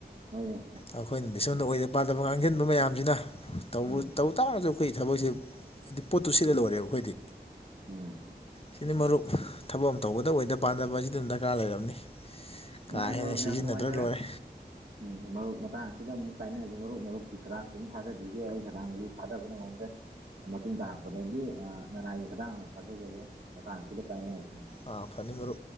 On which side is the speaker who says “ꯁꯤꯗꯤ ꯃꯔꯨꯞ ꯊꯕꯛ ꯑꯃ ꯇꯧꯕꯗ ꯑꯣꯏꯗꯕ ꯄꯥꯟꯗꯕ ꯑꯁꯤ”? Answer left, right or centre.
Left